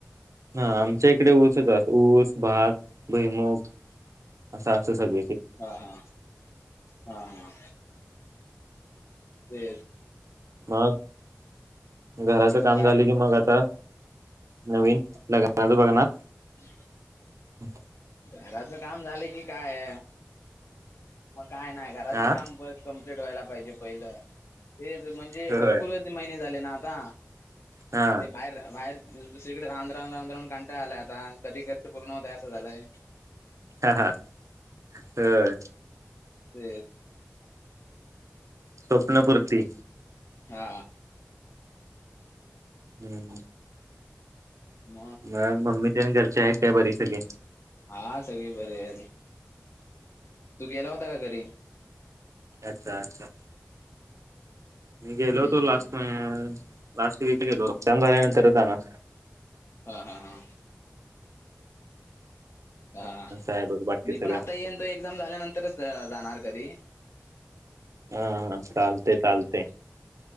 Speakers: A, on the right; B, on the left.
A: हा आमच्या इकडे ऊसच ऊस भात भैमुख असत सग
B: हा हा हा हा. ते
A: मग घराचं
B: मग
A: काम
B: काय
A: झालं की मग आता नवीन लगनाजू बघना.
B: ह.
A: हम्.
B: घराच काम झाले की काय म काय नाही घराातच
A: हा
B: काम कम्प्लीट व्हायला पाहिजे पहिलं. ते म्हणजे
A: होय
B: भरपूर महिने झाले ना आता
A: हा
B: ते बाहेर बाहेर दुसरीकडे राहवून राहून राहवून राहून काांटा आलाय आता कधी कध पूर्ण होता असं झालंय.
A: हा हा ह.
B: ते
A: स्वप्नपूर्ती
B: हा
A: हम्म
B: म
A: मग मम्मी घरचे आहेत काय बरी सगळे
B: हा सगळी बर या तू गेला होता का घरी
A: अच्छा अच्छा निगेलो
B: हम्म
A: तो लास्ट
B: हम्म
A: म लास्ट वीक गलो चंद्रलंतरध ना
B: हा हा हा हा नाही
A: असं आहे बघ बाकी सगळं
B: पण आता येन तो एक्झाम झाल्यानंतरच जाणार कधी
A: हा हा चालते चालते